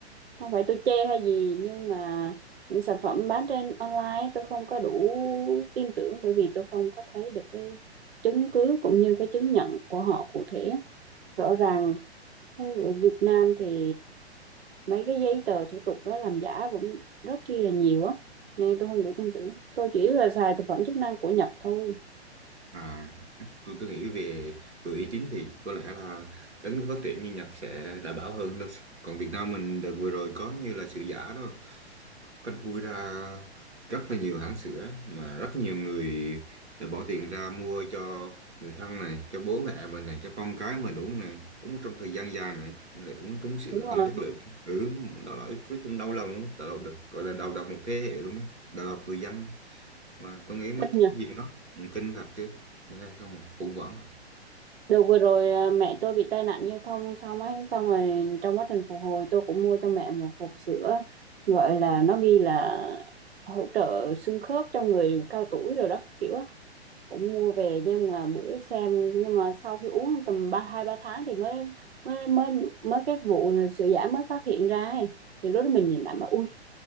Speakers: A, on the right; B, on the right.
A: không phải tôi chê hay gì nhưng mà những sản phẩm bán trên online tôi không có đủ tin tưởng bởi vì tôi không có thấy được cái chứng cứ cũng như cái chứng nhận của họ cụ thể rõ ràng ở Việt Nam thì mấy cái giấy tờ thủ tục đó làm giả vẫn rất chi là nhiều á nên tôi không đủ tin tưởng tôi chỉ là xài thực phẩm chức năng của Nhật thôi
B: À, tôi, tôi nghĩ về đội uy tín thì có lẽ là đất nước phát triển như Nhật sẽ đảm bảo hơn. Còn Việt Nam mình đợt vừa rồi có như là sữa giả đó, phanh phui ra rất là nhiều hãng sữa mà rất nhiều người đã bỏ tiền ra mua cho người thân này, cho bố mẹ mình này, cho con cái mình uống này, uống trong thời gian dài này, nhưng lại uống trúng sữa
A: đúng rồi
B: không chất lượng. Ừ, đó là cái chuyện đau lòng, đau lòng được, gọi là đầu độc một thế hệ luôn đó, đầu độc người dân mà tôi nghĩ mấy
A: kinh
B: cái
A: nhỉ
B: chuyện đó ừ, kinh thật chứ nghe không mà cũng vẫn à.
A: được vừa rồi à, mẹ tôi bị tai nạn giao thông xong ấy xong rồi trong quá trình phục hồi tôi cũng mua cho mẹ một hộp sữa gọi là nó ghi là hỗ trợ xương khớp cho người cao tuổi rồi đó các kiểu á cũng mua về nhưng mà bữa xem nhưng mà sau khi uống tầm ba hai ba tháng thì mới mới mới mới cái vụ sữa giả mới phát hiện ra ấy. thì lúc đó mình nhìn lại mà ui